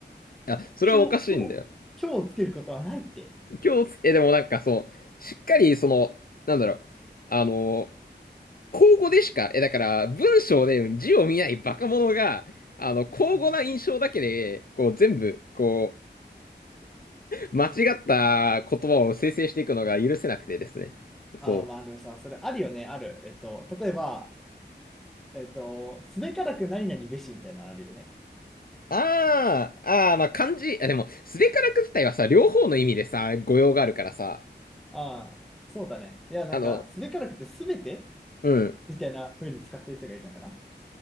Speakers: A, on the left (about 55°); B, in the centre.
A: あ、それはおかしいんだよ。
B: 今日、今日、今日をつけることはないって。
A: 今日つ、え、でもなんかその、しっかりその、なんだろう、あの、口語でしか、え、だから文章で字を見ないバカ者が、あの、口語な印象だけで、
B: うん
A: こう全部、こう、<laughs> 間違った言葉を生成していくのが許せなくてですね。そう。
B: ああ、まあでもさ、それあるよね、ある。えっと、例えば、えっと、すべからく何々べしみたいなのあるよね。
A: あー、あー、まあ漢字、あ、でも、すべからく自体はさ、両方の意味でさ、語用があるからさ、
B: ああ、そうだね。いや、なんか、
A: あの、
B: すべからくてすべて
A: うん。
B: みたいな風に使ってる人がいるのかな。